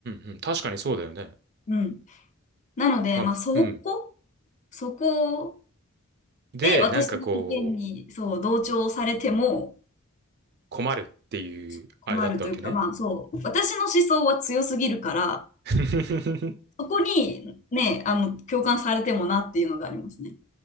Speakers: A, on the right (about 50°); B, on the left (about 35°).
A: んうん。確かにそうだよね。
B: うん。なので、
A: まあ、
B: まあ、そこ、
A: うん。
B: そこ
A: で、
B: で私の意見に、
A: なんかこう、
B: そう、同調されても
A: 困るっていうあれだったわけね。
B: そう困るというか、まあ、そう、私の思想は強すぎるから、
A: <laughs>
B: そこにね、あの、共感されてもなっていうのがありますね。